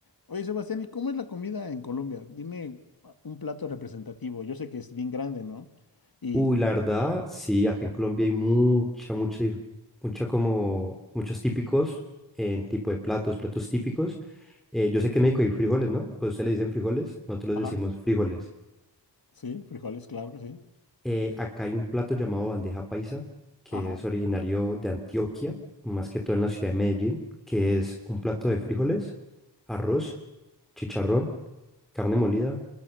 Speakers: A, on the left (about 55°); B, in the centre.
A: Oye, Sebastián, ¿y cómo es la comida en Colombia? Dime ah, un plato representativo. Yo sé que es bien grande, ¿no? Y,
B: Uy, la verdad, sí, acá en Colombia hay mucha, mucha, dif- mucha como, muchos típicos en tipo de platos, platos típicos. Eh, yo sé que en México hay frijoles, ¿no? Pues ustedes le dicen frijoles, nosotros les
A: ajá,
B: decimos frijoles.
A: sí, frijoles, claro que sí.
B: Eh, acá hay un plato llamado bandeja paisa, que
A: Ajá,
B: es originario de Antioquia, más que todo en la ciudad de Medellín, que es un plato de frijoles, arroz, chicharrón, carne molida,